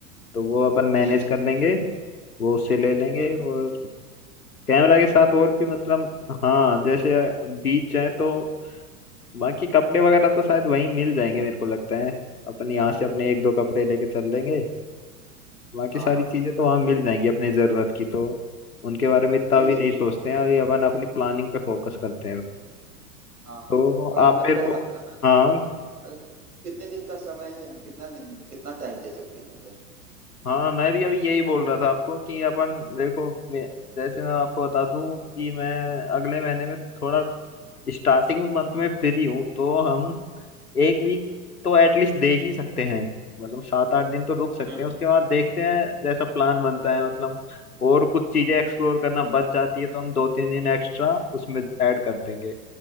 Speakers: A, on the left; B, on the right.
A: तो वो अपन मैनेज
B: जी जी
A: कर लेंगे वो उससे ले लेंगे
B: हम्म
A: और
B: हम्म
A: कैमरा के साथ और भी मतलब हाँ जैसे बीच है तो बाकी कपड़े वगैरह तो शायद वहीं मिल जाएंगे मेरे को लगता है अपन यहाँ से अपने एक दो कपड़े लेके चल लेंगे बाकी
B: हाँ
A: सारी
B: हाँ
A: चीजें तो वहाँ
B: और
A: मिल जाएंगी अपनी जरूरत की तो उनके बारे में इतना
B: जी
A: भी
B: जी
A: नहीं
B: जी
A: सोचते हैं अभी अपन अपनी प्लानिंग पे फोकस करते हैं
B: हाँ हाँ
A: तो
B: और
A: आप
B: मैं
A: मेरे
B: कह रहा
A: को
B: था ना
A: हाँ
B: कि अ, कितने दिन का समय है हम कितना दिन कितना टाइम दे सकते हैं उधर
A: हाँ मैं भी अभी यही बोल रहा था आपको कि अपन देखो मैं- जैसे मैं आपको बता दूं कि मैं अगले महीने में थोड़ा स्टार्टिंग मंथ में फ्री हूँ तो हम एक वीक तो एटलीस्ट दे ही सकते हैं मतलब सात आठ दिन तो रुक सकते
B: हम्म
A: हैं उसके बाद देखते हैं जैसा प्लान बनता है मतलब और कुछ चीजें एक्सप्लोर करना बच जाती है तो हम दो तीन दिन एक्स्ट्रा उसमें ऐड कर देंगे